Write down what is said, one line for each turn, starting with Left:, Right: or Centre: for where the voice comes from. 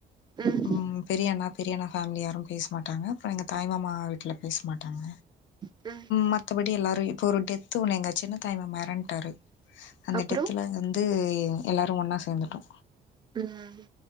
Right: ம்
Left: ம் பெரியண்ணா பெரியண்ணா ஃபேம்லி யாரும் பேசமாட்டாங்க அப்றோ எங்க தாய் மாமா வீட்ல பேசமாட்டாங்க
Right: ம்
Left: மத்தபடி எல்லாரு இப்ப ஒரு டெத்து ஒன்னு எங்க சின்னத் தாய் மாமா எறன்ட்டாரு அந்த
Right: அப்றோ
Left: டெத் அந்து எல்லாரு ஒன்னா சேந்துட்டோ
Right: ம்